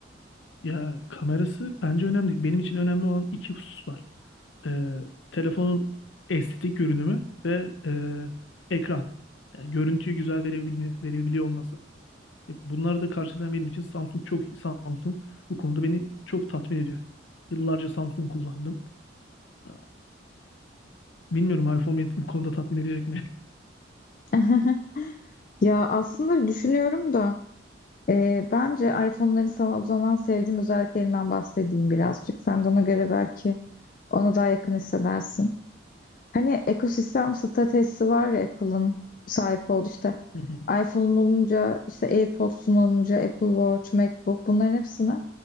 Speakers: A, on the left; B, on the left.
A: Ya kamerası bence önemli değil. Benim için önemli olan iki husus var. Ee, telefonun estetik görünümü ve e, ekran. Yani görüntüyü güzel verebilme, verebiliyor olması. E, bunları da karşılayan benim için Samsung çok iyi. Samsung bu konuda beni çok tatmin ediyor. Yıllarca Samsung kullandım. Ya, Bilmiyorum iPhone beni bu konuda tatmin edecek mi?
B: <laughs> Ya aslında düşünüyorum da. Ee, bence iPhone'ların sana o zaman sevdiğim özelliklerinden bahsedeyim birazcık. Sen de ona göre belki ona daha yakın hissedersin. Hani ekosistem stratejisi var ya Apple'ın sahip olduğu işte
A: <laughs> Hı hı.
B: iPhone'un olunca işte AirPods'un olunca Apple Watch, MacBook bunların hepsine